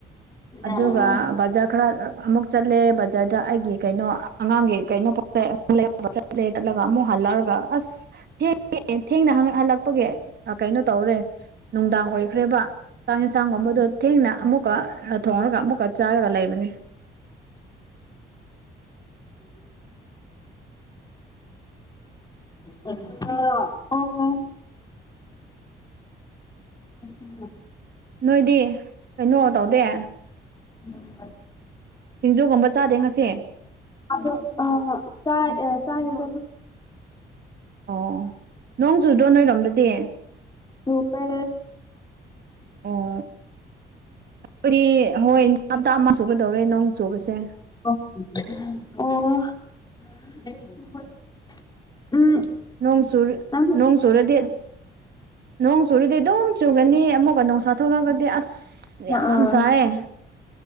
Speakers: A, on the right (about 55°); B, on the left (about 20°).
A: ꯑꯗꯨꯒ
B: ꯑꯣ
A: ꯕꯖꯔ ꯈꯔ ꯑꯃꯨꯛ ꯆꯠꯂꯦ ꯕꯖꯥꯔꯗ ꯑꯩꯒꯤ ꯀꯩꯅꯣ ꯑꯉꯥꯡꯒꯤ ꯀꯩꯅꯣ ꯄꯣꯠꯆꯩ ꯑꯃ ꯂꯩ ꯆꯠ ꯔꯦꯠ ꯀꯥꯠꯂꯒ ꯑꯃꯨꯛ ꯍꯥꯜꯂꯒ ꯑꯁ ꯊꯦꯡꯉꯦ ꯊꯦꯡꯅ ꯍꯜꯂꯛꯄꯒꯤ ꯀꯩꯅꯣ ꯇꯧꯔꯦ ꯅꯨꯡꯗꯥꯡ ꯑꯣꯏꯈ꯭ꯔꯦꯕ ꯆꯥꯛ ꯌꯦꯟꯁꯥꯡꯒꯨꯝꯕꯗꯣ ꯊꯦꯡꯅ ꯑꯃꯨꯛꯀ ꯊꯣꯡꯉꯒ ꯑꯃꯨꯛꯀ ꯆꯥꯔꯒ ꯂꯩꯕꯅꯦ <inaudible>
B: <unintelligible> ꯑꯣ <unintelligible>
A: ꯅꯣꯏꯗꯤ ꯀꯩꯅꯣ ꯇꯧꯗꯦ
B: <unintelligible>
A: ꯁꯤꯡꯖꯨꯒꯨꯝꯕ ꯆꯥꯗꯦ ꯉꯁꯤ
B: <unintelligible> ꯑꯥ ꯆꯥꯏ ꯑꯦ ꯆꯥꯏ <unintelligible>
A: ꯑꯣ ꯅꯣꯡ ꯆꯨꯗ꯭ꯔꯣ ꯅꯣꯏꯔꯣꯝꯗꯗꯤ <unintelligible>
B: ꯆꯨꯋꯦ
A: ꯑꯣ ꯑꯩꯈꯣꯏꯗꯤ ꯍꫭꯏ ꯍꯥꯞꯇꯥ ꯑꯃ ꯆꯨꯒꯗꯧꯔꯦ ꯅꯣꯡ ꯆꯨꯕꯁꯦ
B: <unintelligible> ꯑꯣ <inaudible> ꯎꯝ
A: ꯅꯣꯡ ꯆꯨꯔ
B: ꯅꯪꯗꯤ
A: ꯅꯣꯡ ꯆꯨꯔꯗꯤ ꯅꯣꯡ ꯆꯨꯨꯔꯗꯤ ꯑꯗꯨꯝ ꯆꯨꯒꯅꯤ ꯑꯃꯨꯛꯀ ꯅꯣꯡꯁꯥ ꯊꯣꯛꯂꯒꯗꯤ ꯑꯁ ꯑꯁ ꯌꯥꯝ
B: ꯑꯥ
A: ꯁꯥꯏꯌꯦ